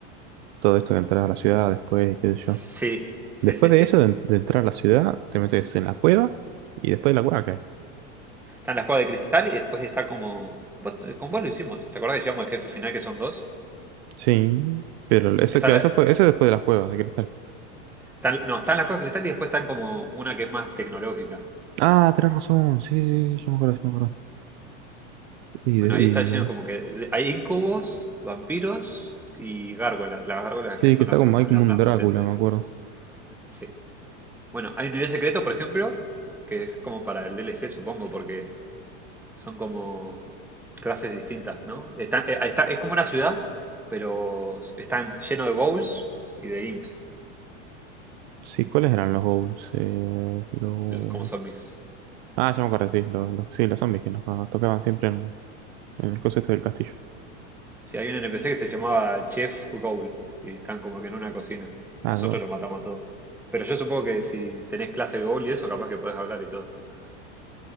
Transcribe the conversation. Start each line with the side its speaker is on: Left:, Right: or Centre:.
Right: todo esto de entrar a la ciudad después y qué sé yo.
Centre: Sí, sí,
Right: Después
Centre: sí, sí.
Right: de eso, de, de entrar a la ciudad, te metes en la cueva y después de la cueva cae.
Centre: está en la cuevas de cristal y después está como. vos- con vos lo hicimos. ¿Te acordás que llevamos al jefe final que son dos?
Right: Sí, pero eso,
Centre: Está
Right: claro,
Centre: la-
Right: eso fue, eso es después de las cuevas de cristal.
Centre: están- no, están las cuevas de cristal y después están como una que es más tecnológica.
Right: Ah, tenés razón, sí, sí, sí, yo me acuerdo, yo me acuerdo. Y,
Centre: Bueno,
Right: de-
Centre: ahí
Right: y,
Centre: está lleno como
Right: y-
Centre: que. de- Hay incubos, vampiros y gárgolas. Las gárgolas
Right: sí,
Centre: que son
Right: que está
Centre: las,
Right: como,
Centre: que más-
Right: hay como
Centre: las
Right: un
Centre: más
Right: Drácula,
Centre: potentes.
Right: me acuerdo.
Centre: Sí. Bueno, hay un nivel secreto, por ejemplo, que es como para el DLC, supongo, porque son como clases distintas, ¿no? Están- eh, está- es como una ciudad, pero s- están lleno de ghouls y de imps,
Right: Sí, ¿cuáles eran los goals? Eh, lo...
Centre: l- como zombies.
Right: Ah, ya me acuerdo, sí, los, los- sí, los zombies que nos nos tocaban siempre en, en el coso este del castillo.
Centre: Sí, hay un NPC que se llamaba Chef Ghoul y están como que en una cocina y
Right: Ah,
Centre: nosotros
Right: guay.
Centre: lo matamos a todos. Pero yo supongo que si tenés clase de Ghoul y eso, capaz que podés hablar y todo. <laughs>